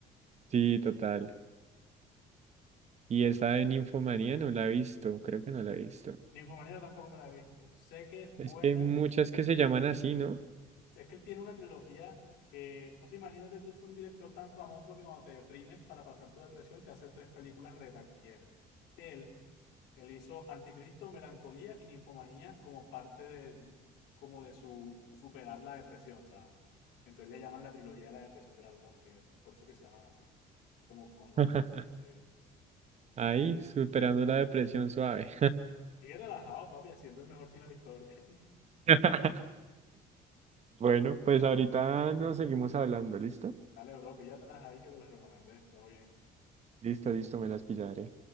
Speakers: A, on the right; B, on the left.
A: Sí, total. Y esa
B: Pero bueno.
A: de Ninfomanía no la he visto, creo que no la he visto.
B: Ninfomanía tampoco me la he visto. Sé que es buena.
A: Es que hay muchas que se llaman así, ¿no?
B: sea, que él tiene una trilogía que, o sea, imagínate tú, es un director tan famoso que cuando te deprimes para pasar tu depresión te haces tres películas retaquilleras. Él, él hizo Anticristo, Melancolía y Ninfomanía como parte de, como de su superar la depresión, ¿sabes? Entonces le llaman la trilogía de la depresión de Lars von Trier, por eso que se llaman así, como con nombres
A: <laughs>
B: parecidos.
A: Ahí, superando la depresión suave.
B: Sigue relajado, papi, haciendo el mejor cine de la historia.
A: <laughs> Bueno, pues ahorita nos seguimos hablando, ¿listo?
B: <laughs> Dale, bro, píllatelas ahí que te las recomendé, todo bien.
A: Listo, listo, me las pillaré.